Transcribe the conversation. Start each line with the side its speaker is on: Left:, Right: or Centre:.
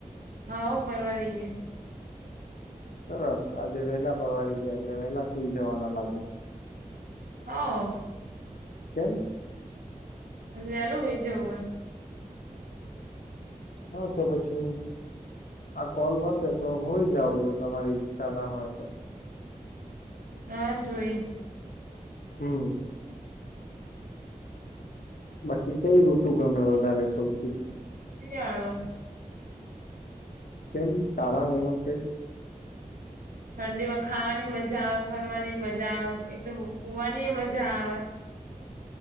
Right: હાવ પરવારી ગ્યા
Left: સરસ આજે વહેલા પરવાડી ગયા એટલે વહેલા સુઈ જવાના લાગે
Right: હા
Left: કેમ
Right: વેલું હુઈ જવું હે
Left: હા તો પછી આ કોલ પતે તો હોય જાવ જો તમારી ઈચ્છા ના હોય તો
Right: હા જોઈ
Left: હમ્મ. બાકી કઈ ઋતુ ગમે વધારે સૌથી
Right: શિયાળો
Left: કેમ કારણ એનું કઈ
Right: ઠંડી માં ખાવાની મજા આવે ફરવાની મજા આવે એ તો હુંવાની મજા આવે